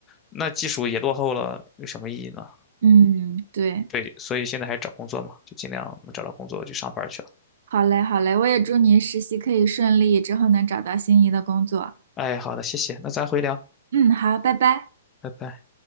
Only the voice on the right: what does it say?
嗯，对，
好嘞好嘞，我也祝你实习可以顺利，之后能找到心仪的工作。
嗯，好，拜拜。